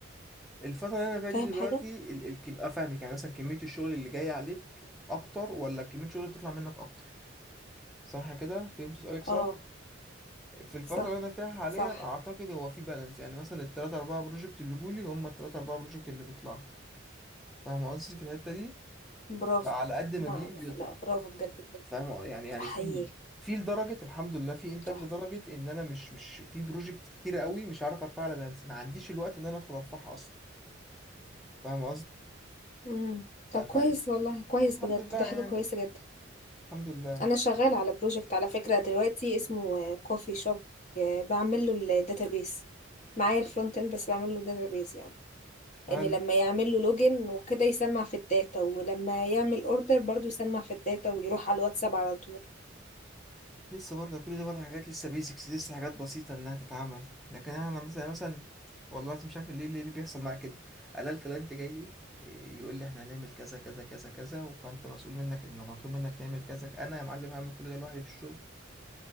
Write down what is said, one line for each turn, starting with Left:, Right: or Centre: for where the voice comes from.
Centre: الفترة اللي أنا فيها
Left: فاهم
Centre: دي دلوقتي
Left: حاجة
Centre: ال- ال- يبقى فاهمك يعني مثلا كمية الشغل اللي جاي عليك أكتر ولا كمية الشغل اللي بتطلع منك أكتر صح كده فهمت سؤالك صح
Left: اه
Centre: في الفترة
Left: صح
Centre: اللي أنا فيها حاليا
Left: صح
Centre: أعتقد هو في بالانس يعني مثلا التلاتة أربعة بروجكت اللي جولي هم التلاتة أربعة بروجكت اللي بيطلعوا فاهم قصدي في الحتة دي
Left: برافو
Centre: على قد ما
Left: ما-
Centre: بيجي بيطلع
Left: لا برافو بجد بجد.
Centre: فاهم يعني يعني
Left: احييك
Centre: في في لدرجة الحمد لله في إنتاج
Left: تحفة
Centre: لدرجة إن أنا مش مش في بروجكت كتيرة قوي مش عارف أرفعها على بالانس ما عنديش الوقت إن أنا أدخل أرفعها أصلا فاهم
Left: مم. طب
Centre: قصدي
Left: كويس والله كويس
Centre: الحمد
Left: بجد
Centre: لله
Left: ده حاجة
Centre: يعني
Left: كويسة جدا
Centre: الحمد لله
Left: انا شغال على بروجكت على فكره دلوقتي اسمه كوفي شوب بعمل له الداتابيس معايا الفرونت اند بس بعمل له الداتابيس يعني
Centre: حلو
Left: ان لما يعمل له لوجن وكده يسمع في الداتا ولما يعمل اوردر برضو يسمع في الداتا ويروح على الواتساب على طول
Centre: لسه برضه كل ده برضه حاجات لسه بيزكس لسه حاجات بسيطة إنها تتعمل لكن أنا مثلا مثلا والله العظيم مش عارف ليه ليه اللي بيحصل معايا كده ألاقي الكلاينت جاي لي إيه، يقول لي إحنا هنعمل كذا كذا كذا كذا فأنت مسؤول منك إن مطلوب منك تعمل كذا أنا يا معلم هعمل كل ده لوحدي في الشغل